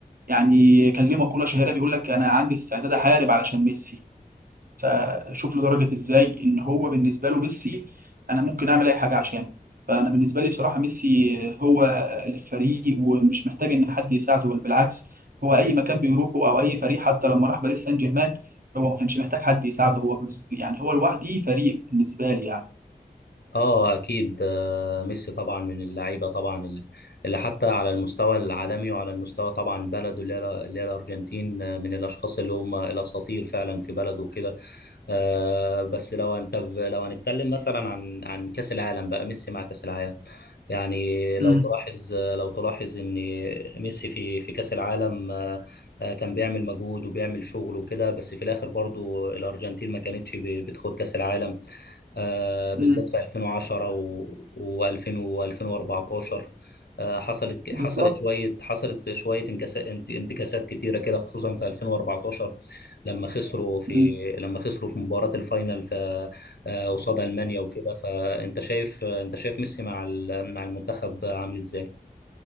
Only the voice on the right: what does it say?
يعني كان ليه مقوله شهيره بيقول لك انا عندي استعداد احارب علشان ميسي فشوف له درجه ازاي ان هو بالنسبه له ميسي انا ممكن اعمل اي حاجه عشانه فانا بالنسبه لي بصراحه ميسي هو الفريق ومش محتاج ان حد يساعده بل بالعكس هو اي مكان بيروحه او اي فريق حتى لما راح باريس سان جيرمان هو ما كانش محتاج حد يساعده هو بز- يعني هو لوحده فريق بالنسبه لي يعني
امم
امم
بالظبط
امم